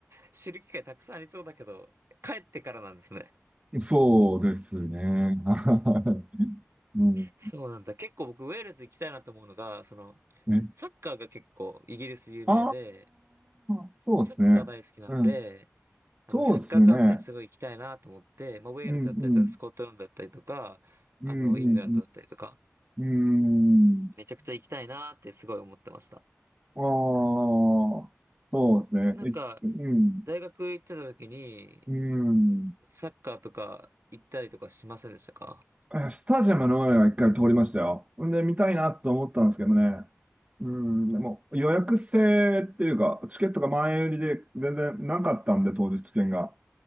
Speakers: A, on the right (about 70°); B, on the right (about 30°).
A: 知る機会たくさんありそうだけど、帰ってからなんですね。
B: そうですね。<laughs> はいうん。
A: そうなんだ。結構僕ウェールズ行きたいなと思うのが、その、
B: ね。
A: サッカーが結構イギリス有名で、
B: ああ、そうですね。
A: 僕サッカー大好きなんで、
B: うん。
A: あの、
B: そうですね。
A: サッカー観戦すごい行きたいなと思って、まあ、ウェールズだったりとか、
B: うん、うん。
A: スコットランドだったりとか、
B: うん、
A: あの、イングランドだったりとか、
B: うん、うん。うん。
A: めちゃくちゃ行きたいなってすごい思ってました。
B: ああ、そうですね。
A: なんか、
B: え、うん。
A: 大学行ってた時に、
B: うん。
A: サッカーとか行ったりとかしませんでしたか
B: えスタジアムの上は一回通りましたよ。んで、見たいなと思ったんですけどね。うん、でも予約制っていうか、チケットが前売りで全然なかったんで、当日券が。